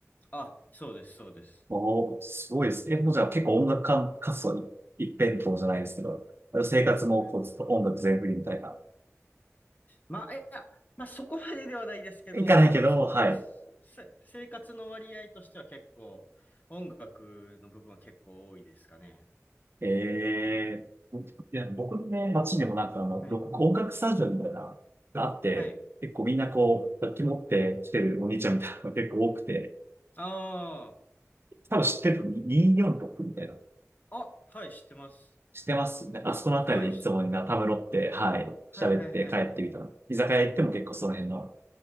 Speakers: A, on the left; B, on the right.
A: あ、そうです、そうです。
B: おー、すごいですね。えもうじゃあ結構音楽か活動い一辺倒じゃないですけど、生活もこうずっと音楽全振りみたいな。
A: はいまあ、いや、まあそこまでではないですけど、
B: いかないけど、
A: まあでもそうです。
B: はい。
A: せ生活の割合としては結構、音楽の部分は結構多いですかね。
B: ええいや、僕のね、街にもなんかあの、
A: はい。
B: ロック音楽スタジオみたいな、があって、
A: はい。
B: 結構みんなこう、楽器持って来てるお兄ちゃんみたいなのが
A: はい。
B: <laughs> 結構多くて、
A: あ
B: 多分知ってる、246みたいな。
A: あ。あ、はい、知ってます。
B: 知ってますね。あそこのあたりでいつもみんなたむろって、
A: はい。し
B: はい、
A: はいはいはいはい。
B: 喋って帰ってみたら、居酒屋行っても結構その辺の